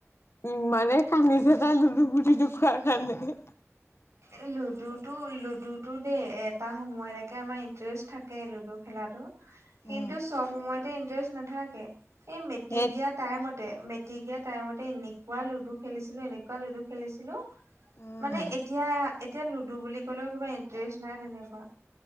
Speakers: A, on the left; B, on the right.
A: ইমানে কান্দিছে তাই লুডু গুটিটো খোৱাৰ কাৰণে।
B: এ লুডুত তটো লুডু টো দেই এটা সময়লৈকে আমাৰ ইণ্টেৰেষ্ট থাকে লুডু খেলাতো কিন্তু
A: উম।
B: চব সময়তে ইণ্টাৰেষ্ট নাথাকে এই মেট্ৰিক
A: সেই
B: দিয়াত টাইমতে মেট্ৰিক দিয়া টাইমতে এনেকুৱা লুডু খেলিছিলোঁ এনেকুৱা লুডু খেলিছিলোঁ।
A: উম।
B: মানে এতিয়া এতিয়া লুডু বুলি কলেও কিবা ইন্টাৰেষ্ট নাই তেনেকুৱা।